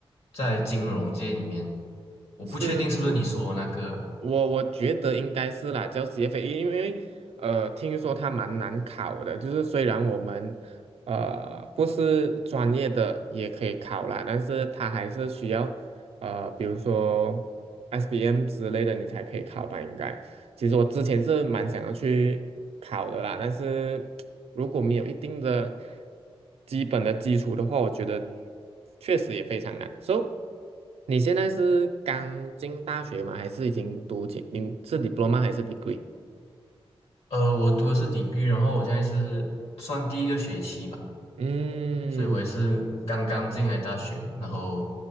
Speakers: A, on the left (about 70°); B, on the right (about 80°).
A: 在金融界里面，我不确定是不是你说的那个啊，
B: 是我我觉得应该是啦，叫 CFA，因为因为呃，听说它蛮难考的，就是虽然我们呃不是专业的也可以考啦，但是它还是需要呃，比如说 SBM 之类的你才可以考吧，应该。其实我之前是蛮想要去考的啦，但是 <tsk> 如果没有一定的基本的基础的话，我觉得确实也非常难。So，你现在是刚进大学吗？还是已经读进？你是 diploma 还是 degree？
A: 呃，我读的是 degree，然后我现在是算第一个学期吧，
B: 嗯，
A: 所以我也是刚刚进来大学，然后